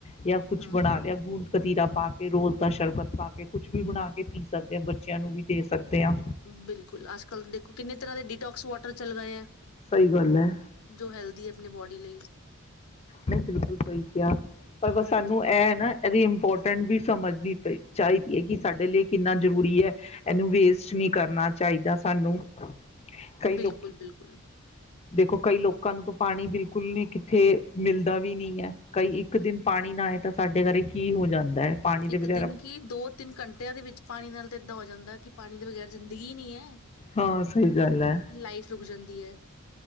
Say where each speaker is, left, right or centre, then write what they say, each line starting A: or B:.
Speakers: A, on the left; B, on the left.
A: ਜਾਂ ਕੁੱਛ
B: ਹਮ
A: ਬਣਾ
B: ਹਮ
A: ਲਿਆ ਗੂੰਦ ਕਤੀਰਾ ਪਾ, ਕੇ ਰੋਜ਼ ਦਾ ਸ਼ਰਬਤ ਪਾ, ਕੇ ਕੁਛ ਕੁਛ ਵੀ ਬਣਾ ਕੇ ਪੀ ਸਕਦੇ ਹਾਂ ਬੱਚਿਆਂ ਨੂੰ ਵੀ ਦੇ ਸਕਦੇ ਹਾਂ।
B: ਬਿਲਕੁਲ ਅੱਜ ਕੱਲ ਦੇਖੋ ਕਿੰਨੇ ਤਰ੍ਹਾਂ ਦੇ ਡੀਟੋਕਸ ਵਾਟਰ ਚਲ ਰਹੇ ਆ,
A: ਸਹੀ ਗੱਲ ਹੈ।
B: ਜੋ ਹੈਲਦੀ ਆ, ਆਪਣੀ ਬੋਡੀ ਲਈ
A: ਨਹੀਂ ਬਿਲਕੁਲ ਸਹੀ ਕਿਹਾ ਪਰ
B: ਹਾਂਜੀ
A: ਸਾਨੂੰ ਇਹ ਨਾ ਇਹਦੀ ਇੰਪੋਰਟੈਂਟ ਸਮਝਣੀ ਚਾਹੀਦੀ ਹੈ, ਕਿ ਸਾਡੇ ਲਈ ਕਿੰਨਾ ਜ਼ਰੂਰੀ ਹੈ, ਇਹਨੂੰ ਵੇਸਟ ਨਹੀਂ ਕਰਨਾ ਚਾਹੀਦਾ ਸਾਨੂੰ ਕਈ ਲੋਕ
B: ਬਿਲਕੁਲ-ਬਿਲਕੁਲ
A: ਦੇਖੋ ਕਈ ਲੋਕਾਂ ਨੂੰ ਤਾਂ ਪਾਣੀ ਬਿਲਕੁਲ ਨਹੀਂ ਉੱਥੇ ਮਿਲਦਾ ਵੀ ਨਹੀਂ ਹੈ ਕਈ ਇੱਕ ਦਿਨ ਪਾਣੀ ਨਾ ਆਏ ਤਾਂ ਸਾਡੇ ਘਰੇ ਕੀ ਹੋ ਜਾਂਦਾ ਹੈ ਪਾਣੀ ਦੇ
B: ਇੱਕ
A: ਬਗੈਰਾ
B: ਦਿਨ ਕਿ ਦੋ ਤਿੰਨ ਘੰਟਿਆਂ ਦੇ ਵਿੱਚ ਪਾਣੀ ਨਾਲ ਤਾਂ ਇੱਦਾਂ ਹੋ ਜਾਂਦਾ ਕਿ ਪਾਣੀ ਦੇ ਬਗੈਰ ਜ਼ਿੰਦਗੀ ਨਹੀਂ ਹੈ,
A: ਹਾਂ ਸਹੀ ਗੱਲ ਹੈ
B: ਲਾਈਫ ਰੁਕ ਜਾਂਦੀ ਹੈ,